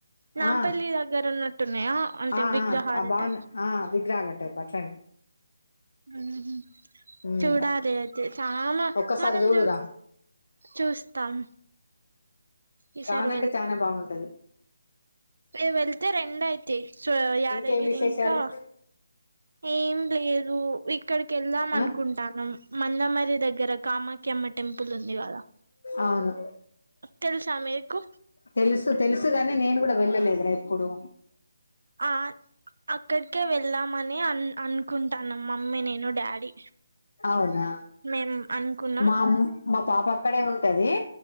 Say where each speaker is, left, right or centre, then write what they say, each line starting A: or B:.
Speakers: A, on the right (about 75°); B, on the left (about 80°).
A: నాంపల్లి
B: ఆ
A: దగ్గర ఉన్నట్టున్నాయా అంటే
B: ఆ
A: విగ్రహాలు
B: ఆ బావున్నా
A: టైప్
B: ఆ విగ్రహాల టైప్ అట్లండి
A: ఉమ్ హు
B: ఉమ్
A: చూడాలి అయితే చాలా
B: ఒక్కసారి
A: మనం
B: చూడురా
A: చూ చూస్తాం ఈసారి
B: చానా అంటే చానా బాగుంటది
A: రేప్ వెళ్తే రెండు అయితయి సో యాదగిరి
B: ఇంకేం విశేషాలు
A: ఇంకా ఏం లేదు ఇక్కడికెళ్దాం
B: ఆ
A: అనుకుంటానమ్ మందమర్రి దగ్గర కామాక్యమ్మ ట్ టెంపుల్ ఉంది గదా
B: అవును
A: తెలుసా మీకు
B: తెలుసు తెలుసు గనీ నేను గూడ వెళ్ళలేదురా ఎప్పుడు
A: ఆ అక్కడికే వెల్దామని అన్ అను కుంటాన్నాం మమ్మీ, నేను, డాడీ
B: అవునా
A: మేం అనుకున్
B: మా అమ్ మా పాప అక్కడే ఉంటది